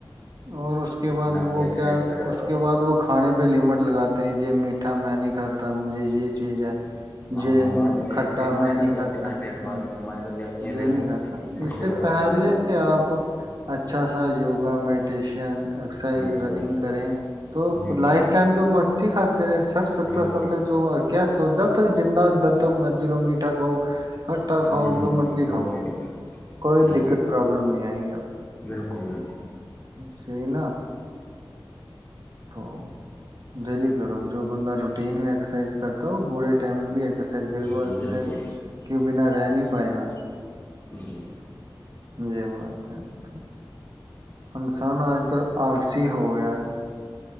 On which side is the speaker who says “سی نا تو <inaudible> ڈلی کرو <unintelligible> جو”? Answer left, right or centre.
Right